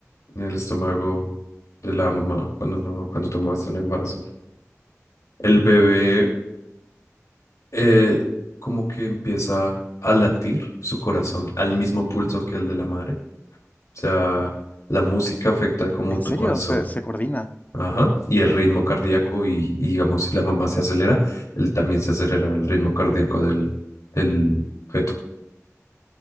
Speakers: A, on the left; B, on the left.
A: en el estómago de la mamá, cuando uno, cuando tomas un embarazo, el bebé eh, como que empieza a latir su corazón al mismo pulso que el de la madre. O sea, la música afecta como
B: ¿En
A: tu
B: serio?
A: corazón
B: ¿Se, se coordina?
A: Ajá. Y el ritmo cardíaco y, y, digamos, si la mamá se acelera, él también se acelera el ritmo cardíaco del, del feto.